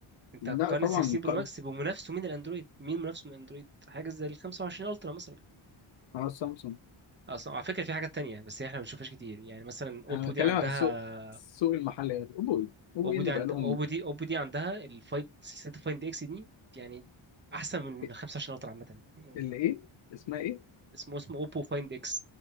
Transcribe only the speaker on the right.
انت
هتقارن
16
برو ماكس بمنافسه من الاندرويد مين منافسه من الاندرويد حاجه زي ال 25 الترا مثلا
اصلا على فكره في حاجات تانية بس هي احنا ما بنشوفهاش كتير يعني مثلا اوبو
دي عندها
اوبو
دي عند
اوبو دي اوبو دي عندها الفايند سلسله الفايند اكس دي يعني احسن من
ال 25 الترا عامه يعني
اسمه اسمه اوبو فايند اكس